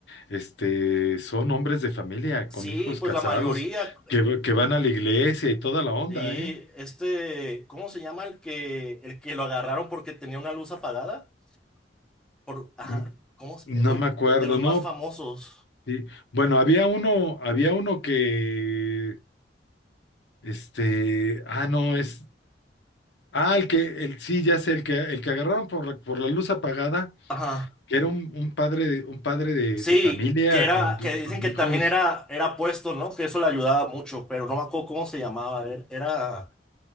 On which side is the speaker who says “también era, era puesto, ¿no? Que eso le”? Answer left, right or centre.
Centre